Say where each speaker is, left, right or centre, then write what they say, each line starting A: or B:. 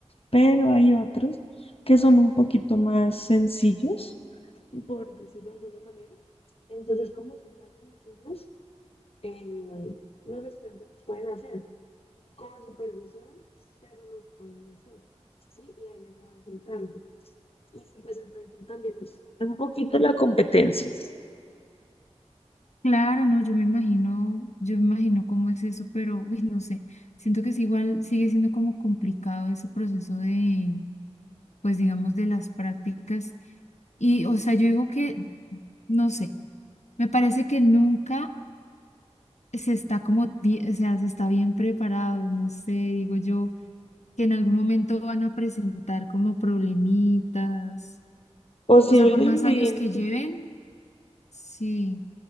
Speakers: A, on the left; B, on the left.
A: pero hay otros que son un poquito más sencillos, por decirlo de alguna manera. Entonces, como son tan sencillos, eh, los estudiantes los pueden hacer con supervisión, pero los pueden hacer, ¿sí? Y ahí les van soltando. Y pues entonces también un poquito la competencia.
B: Claro, no, yo me imagino, yo me imagino cómo es eso, pero, uy, no sé. Siento que es igual, sigue siendo como complicado ese proceso de, pues, digamos, de las prácticas. Y, o sea, yo digo que, no sé, me parece que nunca se está como, bi- o sea, se está bien preparado, no sé, digo yo, que en algún momento van a presentar como problemitas.
A: Posiblemente,
B: O sea, por más años que lleven, sí,